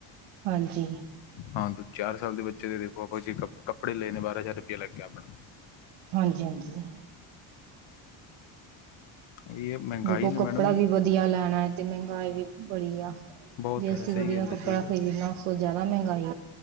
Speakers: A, on the right (about 85°); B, on the left (about 65°).
A: ਹਾਂਜੀ,
B: ਹਾਂ ਤਾਂ ਚਾਰ ਸਾਲ ਦੇ ਬੱਚੇ ਦੇ ਦੇਖੋ ਆਪਾਂ ਜੇ ਕ ਕੱਪੜੇ ਲਏ ਨੇ ਬਾਰਾਂ ਹਜ਼ਾਰ ਰੁਪਇਆ ਲੱਗ ਗਿਆ ਆਪਣਾ,
A: ਹਾਂਜੀ-ਹਾਂਜੀ,
B: ਉਹੀ ਇਹ ਮਹਿੰਗਾਈ
A: ਦੇਖੋ
B: ਨੇ
A: ਕੱਪੜਾ
B: ਮੈਡਮ
A: ਵੀ ਵਧੀਆ ਲੈਣਾ ਹੈ ਤੇ ਮਹਿੰਗਾਈ ਵੀ ਬੜੀ ਆ
B: ਬਹੁਤ
A: ਜੇ ਅਸੀਂ
B: ਹੈ ਸਹੀ
A: ਵਧੀਆ
B: ਗੱਲ
A: ਕੱਪੜਾ
B: ਹੈ ਜੀ
A: ਖ਼ਰੀਦਨਾ ਉਸ ਤੋਂ ਜ਼ਿਆਦਾ ਮਹਿੰਗਾਈ,